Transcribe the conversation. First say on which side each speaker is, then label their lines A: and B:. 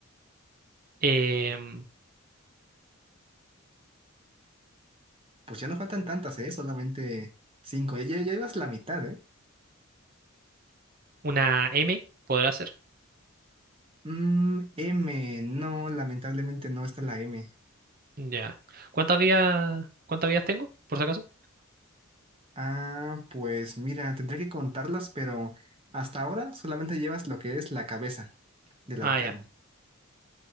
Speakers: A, on the right (about 40°); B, on the right (about 25°).
A: Em,
B: Pues ya no faltan tantas, ¿eh? Solamente cinco. Ya, ya, ya ibas la mitad, ¿eh?
A: una m podrá ser.
B: Mm, M, no, lamentablemente no está la M.
A: Ya. ¿Cuántas vías, cuántas vías tengo, por si acaso?
B: Ah, pues mira, tendré que contarlas, pero hasta ahora solamente llevas lo que es la cabeza del
A: Ah,
B: ahorcado.
A: ya.